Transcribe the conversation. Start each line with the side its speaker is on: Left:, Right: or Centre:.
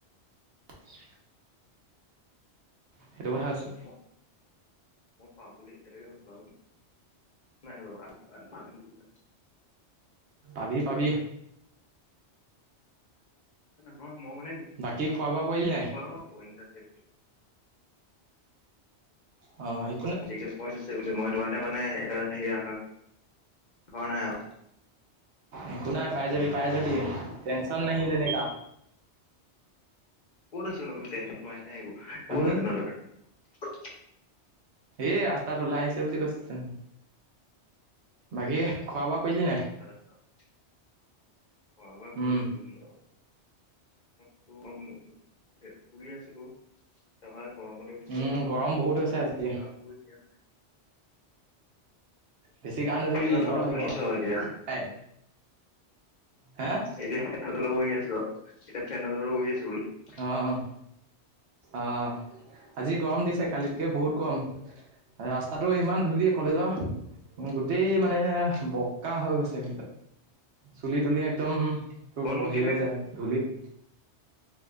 Right: <inaudible> সেইটো কথা কৈছোঁ
Left: মই মই পাম বুলি এতিয়ালৈকে ভবাও নাই বাৰু <unintelligible>
Right: পাবি পাবি
Left: নহয় মই মানে
Right: বাকী খোৱা বোৱা কৰিলি
Left: গম
Right: নাই
Left: পাও ন পৰিনিতা হত আছে বুলি
Right: অই
Left: ডিফ্ৰিকেল পইণ্ট আছে বুলি মই তোমাতে মানে ইমান হেৰি নাইকৰা কৰা নাই আৰু
Right: একো নাই পাই যাবি পাই যাবি টেনচন নহী লেনে কা
Left: ক'ত আছনো এইবোৰ টেনচন লোৱাই নাই এইবোৰ
Right: আমি
Left: ক'ত আছনো তই
Right: এই ৰাস্তাত ওলাই আহিছো বুলি কৈছিলোচোন বাকী খোৱা বোৱা
Left: অ
Right: কৰিলি
Left: অ
Right: নাই
Left: তাতে আছ খোৱা বোৱা
Right: উম
Left: কইলো মই <unintelligible> শুই আছিলো নহয় গৰমতে উঠি
Right: উম
Left: গলো নহয়
Right: গৰম
Left: আকৌ
Right: বহুত হৈছে
Left: গা
Right: আজি
Left: ধুইছো আকৌ এয়া মানে
Right: বেছি গা নুধুবি
Left: ফেনৰ
Right: জ্বৰ
Left: তলত
Right: হৈ
Left: বহি
Right: যাব
Left: আছো আৰু এতিয়া
Right: এই হে
Left: এতিয়া ফেনৰ তলত বহি আছো আৰু এতিয়া ফেনৰ তলত বহি আছো বোলো
Right: অঁ অঁ আজি গৰম দিছে কালিতকৈ বহুত গৰম ৰাস্তাটো ইমান ধূলি কলেজৰ গোটেই মানে বগা হৈ গৈছে চুলি তুলি একদম তো
Left: ফোন
Right: বহি
Left: কেলে
Right: হৈ যায় ধূলিত